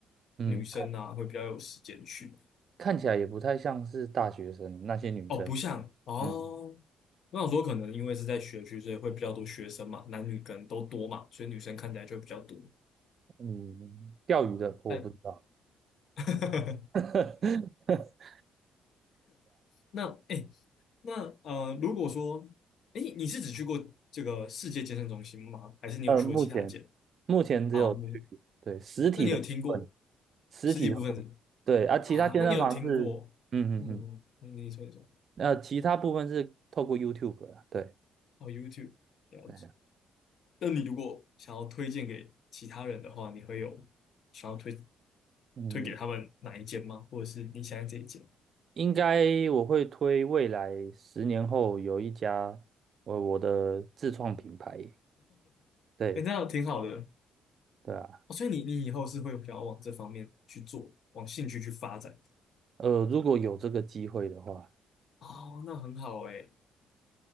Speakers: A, on the right; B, on the left.
A: 嗯。
B: 女生啊，会比较有时间去。
A: 看起来也不太像是大学生那些女生。
B: 哦，不像哦，
A: 嗯
B: 我想说可能因为是在学区，所以会比较多学生嘛，男女可能都多嘛，所以女生看起来就会比较多。
A: 嗯，钓鱼的我不知道。
B: 但 <laughs>
A: <laughs>
B: 那哎、诶那呃，如果说哎、诶你是只去过这个世界健身中心吗？还是你有去过其他间？
A: 呃，目前目前只有去对实体的部分，
B: 啊，嗯那你有听过？
A: 实体的部分对啊，
B: 十几部分是
A: 其他健身房是嗯嗯嗯，
B: 啊，那你有听过？嗯，你说一说
A: 呃，其他部分是透过 YouTube 啊，对
B: 哦，YouTube 了解。
A: 对啊，
B: 那你如果想要推荐给其他人的话，你会有想要推
A: 嗯，
B: 推给他们哪一间吗？或者是你想要这一间？
A: 应该我会推未来十年后有一家我我的自创品牌，对
B: 哎，那挺好的
A: 对啊，
B: 哦。所以你你以后是会想要往这方面去做，往兴趣去发展。
A: 呃，如果有这个机会的话。
B: 哦，那很好哎。